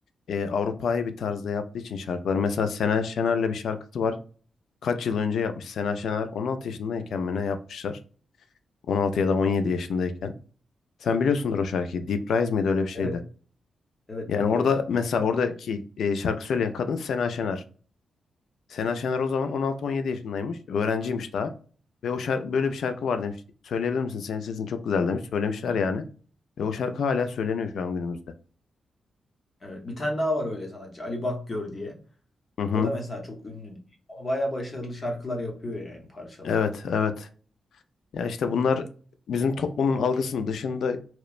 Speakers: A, on the left; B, on the left.
A: e, Avrupa'yı bir tarzda yaptığı için şarkıları. Mesela Sena Şener'le bir şarkısı var. Kaç yıl önce yapmış Sena Şener? 16 yaşındayken mi ne yapmışlar? 16 ya da 17 yaşındayken. Sen biliyorsundur o şarkıyı. Deep Rise miydi öyle bir şeydi.
B: Evet, evet
A: Yani
B: biliyorum.
A: orada mesela oradaki e, şarkı söyleyen kadın Sena Şener. Sena Şener o zaman 16-17 yaşındaymış. Öğrenciymiş daha. Ve o şarkı, böyle bir şarkı var demiş. Söyleyebilir misin? Senin sesin çok güzel demiş. Söylemişler yani. Ve o şarkı hala söyleniyor şu an günümüzde.
B: Evet, bir tane daha var öyle sanatçı Ali Bakgör diye.
A: Hı hı.
B: O da mesela çok ünlü değil ama bayağı başarılı şarkılar yapıyor yani parçalar.
A: Evet, evet. Ya işte bunlar bizim toplumun algısının dışında